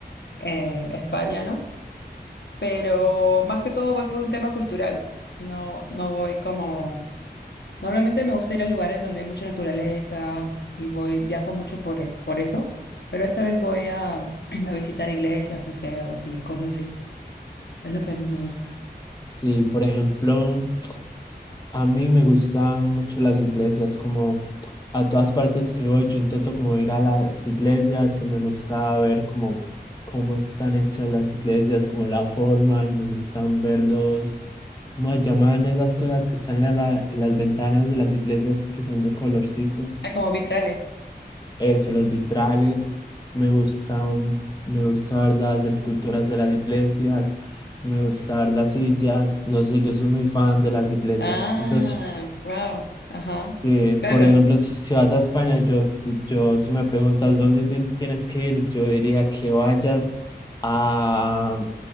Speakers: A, on the left; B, on the left.
A: eh, España, ¿no? Pero más que todo voy por un tema cultural, no, no voy como... Normalmente me gusta ir a lugares donde hay mucha naturaleza y voy, viajo mucho por, por eso, pero esta vez voy a, <clears throat> a visitar iglesias, museos y cosas así. Es lo que me
B: S-
A: gusta.
B: Sí, por ejemplo, A mí me gustan mucho las iglesias, como a todas partes que voy, yo intento como ir a las iglesias y me gusta ver como cómo están hechas las iglesias, como la forma y me gustan verlos, cómo se llaman esas cosas que están en, la- la- en las ventanas de las iglesias que son de colorcitos,
A: Ah, como vitrales.
B: eso, los vitrales, me gustan, me gusta ver las esculturas de las iglesias, me gusta ver las sillas, no sé, yo soy muy fan de las iglesias,
A: Ah,
B: entonces...
A: wow, ajá,
B: Sí,
A: claro.
B: por ejemplo, si vas a España, yo, yo si me preguntas dónde ti- tienes que ir, yo diría que vayas a,